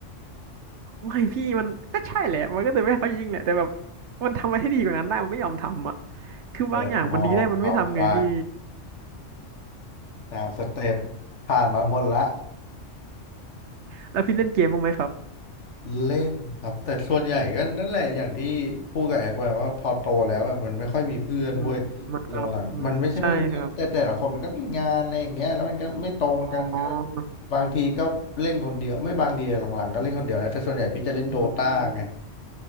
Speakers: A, on the right (about 70°); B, on the left (about 70°).
A: ไม่พี่มันก็ใช่แหละมันก็จะไม่ให้เขายิงแหละแต่แบบมันทำอะไรให้ดีกว่านั้นได้มันไม่ยอมทำอะคือบางอย่างมันดีได้มันไม่ทำไงพี่
B: เปิดหมอกเผาไฟตามสเต็ปผ่านมาหมดละ
A: แล้วพี่เล่นเกมบ้างไหมครับ
B: เล่นครับแต่ส่วนใหญ่ก็นั่นแหละอย่างที่พูดกับแอกไปว่าพอโตแล้วอะมันไม่ค่อยมีเพื่อนเว้ย
A: อืมเหมือนกับอืมใช่ครับ
B: หลังๆมันไม่ใช่ไม่มีเพื่อนแต่แต่ละคนมันก็มีงานอะไรอย่างเงี้ยแล้วมันก็ไม่ตรงกันก็
A: อ๋อ
B: บางทีก็เล่นคนเดียวไม่บางทีอะหลังๆก็เล่นคนเดียวแล้วแต่ส่วนใหญ่พี่จะเล่นโดตาไง
A: อืม